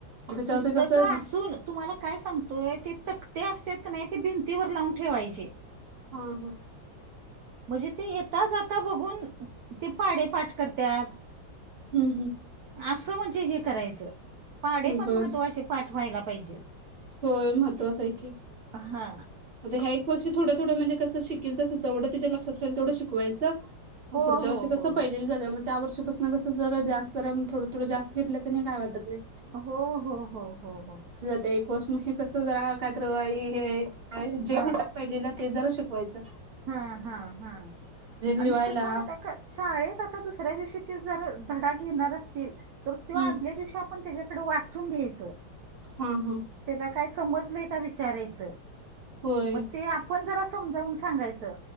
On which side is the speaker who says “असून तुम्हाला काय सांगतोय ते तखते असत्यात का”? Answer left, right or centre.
Right